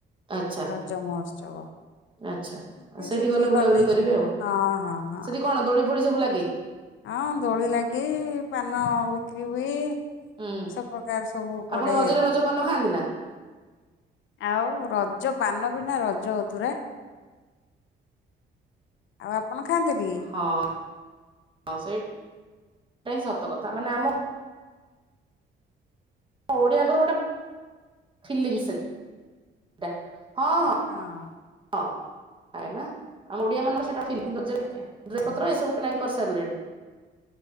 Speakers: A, on the right; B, on the left.
A: ଆଚ୍ଛା
B: ରଜ ମହୋତ୍ସବ।
A: ଆଚ୍ଛା
B: ସେଠିକି
A: ସେଇଠି ବୁଲାବୁଲି
B: ଗଲେ
A: କରିବେ
B: ଯିବୁ
A: ଆଉ
B: ହଁ ହଁ।
A: ସେଠି କଣ ଦୋଳି ଫୋଳି ସବୁ ଲାଗେ?
B: ହଁ ଦୋଳି ଲାଗେ ପାନ ବିକ୍ରି ହୁଏ।
A: ହୁଁ
B: ସବୁ ପ୍ରକାର ସବୁ ପଡେ
A: ଆପଣ ରଜରେ ରଜପାନ ଖାଆନ୍ତି ନା?
B: ଆଉ ରଜ ପାନ ବିନା ରଜ ଅଧୁରା। ଆଉ ଆପଣ ଖାଆନ୍ତି ବି?
A: ହଁ <unintelligible> ସତ କଥା ମାନେ ଆମ ଓଡିଆଙ୍କର ଗୋଟେ ଫିଲିଙ୍ଗ ସେଇଟା ହଁ ହଁ।
B: ହଁ
A: ହଁ କାଇଁନା ଆମ ଓଡ଼ିଆ ମାନଙ୍କ ସେଇଟା ଫିଲିଙ୍ଗ ରଜରେ।
B: ହଁ
A: ଡ୍ରେସ ପତ୍ର ଏସବୁ କିଣାକିଣି କରିସାରିଲେଣି?